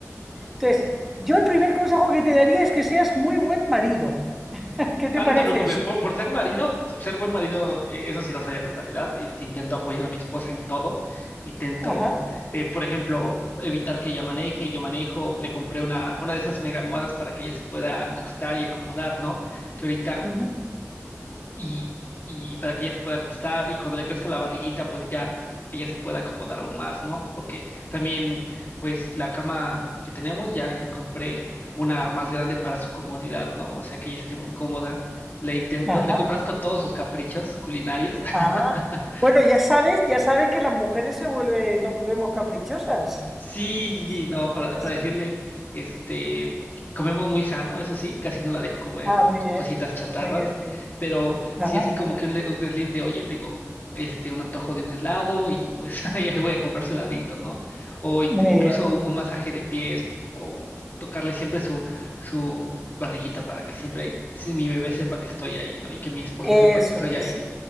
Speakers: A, in the centre; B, on the left.
A: Entonces, yo el primer consejo que te daría es que seas muy buen marido. <laughs> ¿Qué te
B: Ah,
A: parece
B: no te preocupes,
A: eso?
B: por, por ser marido, ser buen marido, eh, eso sí lo soy a totalidad. Este, intento apoyar a mi esposa en todo. Intento,
A: Ajá,
B: eh, por ejemplo, evitar que ella maneje, yo manejo. Le compré una, una de esas mega almohadas para que ella se pueda acostar y acomodar, ¿no? Que ahorita
A: ujú,
B: y, y para que ella se pueda acostar y cuando le crezca la barriguita, pues ya ella se pueda acomodar aún más, ¿no? Porque también, pues la cama que tenemos, ya, ya compré una más grande para su comodidad, ¿no? O sea que ella esté muy cómoda. Le intento,
A: ajá,
B: le complazco todos sus caprichos culinarios. <laughs>
A: ajá. Bueno, ya sabes, ya sabes que las mujeres se vuelven, nos volvemos caprichosas.
B: Sí,
A: Sí,
B: sí, sí,
A: sí,
B: no, para,
A: en
B: para
A: eso
B: decirle,
A: es.
B: este, comemos muy sano, eso sí, casi no la dejo comer
A: Ah, muy
B: co-
A: bien,
B: cositas chatarras,
A: muy bien, muy bien.
B: pero
A: Ajá,
B: sí así como que un, le- un desliz de, oye, tengo este, un antojo de un helado y pues <laughs> ahí voy a comprar su heladito, ¿no? O in-
A: muy
B: incluso
A: bien.
B: un, un masaje de pies o tocarle siempre su, su barriguita para que siempre ahí, si mi bebé sepa que estoy ahí, ¿no? Y que mi esposa
A: Eso
B: sepa que estoy ahí.
A: es.